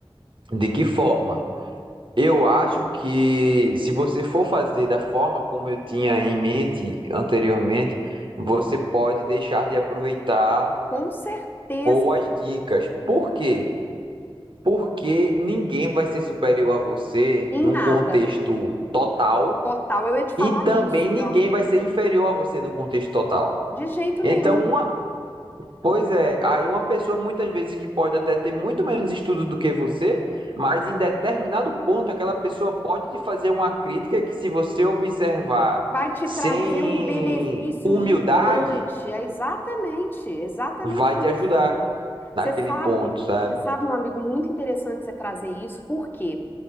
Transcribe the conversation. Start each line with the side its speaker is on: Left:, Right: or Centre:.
Right: De que forma? Eu acho que se você for fazer da forma como eu tinha em mente anteriormente, você pode deixar de aproveitar
Left: Com certeza,
Right: boas dicas. Por quê? Porque ninguém vai ser superior a você
Left: em
Right: num
Left: nada,
Right: contexto total
Left: total. Eu ia te falar
Right: e também
Left: isso,
Right: ninguém
Left: meu amigo.
Right: vai ser inferior a você num contexto total.
Left: De jeito
Right: Então,
Left: nenhum.
Right: uma- Pois é, aí uma pessoa muitas vezes que pode até ter muito menos estudo do que você, mas em determinado ponto aquela pessoa pode te fazer uma crítica que se você observar
Left: Vai te
Right: sem
Left: trazer um benefício
Right: humildade,
Left: gigante. É exatamente, exatamente
Right: vai
Left: isso.
Right: te ajudar
Left: Você
Right: naquele
Left: sabe,
Right: ponto, sabe?
Left: você sabe, meu amigo, muito interessante você trazer isso, porque